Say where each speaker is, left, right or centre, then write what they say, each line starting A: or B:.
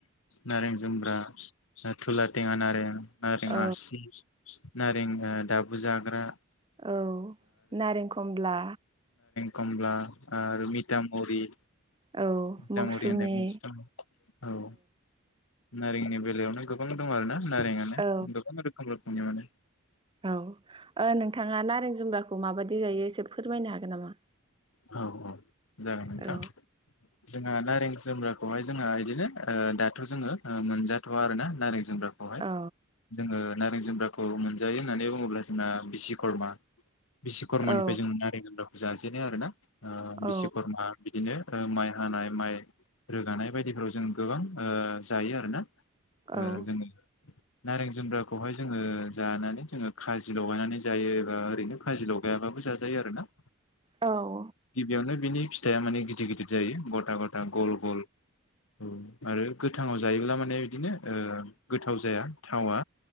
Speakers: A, on the left; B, on the right.
A: नारें जुम्ब्रा, थुला थेङा नारें, नारें
B: औ
A: आसि, नारें ओ दाबु जाग्रा
B: औ नारें खमब्ला
A: कमब्ला आरो मिथामरि
B: औ
A: दांवरि
B: मौसुमि
A: होननाय मोनसे थाबावो औ नारेंनि बेलायावनो गोबां दं आरो ना नारेंआनो
B: औ
A: गोबां रोखोम रोखोमनि माने।
B: औ ओ नोंथाङा नारें जुम्ब्राखौ माबायदि जायो फोरमायनो हागोन नामा?
A: औ औ जागोन नोंथां
B: औ
A: जोंहा नारें जु जुम्ब्राखौहाय जोंहा बिदिनो ओ दाथ' जोङो ओ मोनजाथ'आ आरो ना नारें जुमग्राखौहाय
B: औ
A: जोङो नारें जुम्ब्राखौ मोनजायो होननानै बुङोब्ला जोंना बिस्वकर्मा बिश्वकर्मानिफ्राय
B: औ
A: जों नारें जुम्ब्राखौहाय जाजेनो आरो ना बिश्र्विकर्मा
B: औ
A: बि बिदिनो ओ माइ हानाय माइ रोगानाय बायदिफोराव जों गोबां ओ जायो आरोना। ओ
B: औ
A: जोङो
B: औ
A: नारें जुम्ब्राखौहाय जोङो जानानै जोङो खाजि लगायनानै जायो एबा ओरैनो खाजि लगायाबाबो जाजायो आरोना।
B: औ औ
A: फियावनो बिनि फिथाइया माने गिदिर गिदिर जायो गथा गथा गल गल। औ आरो गोथाङाव जायोब्ला माने बिदिनो ओ गोथाव जाया। थावा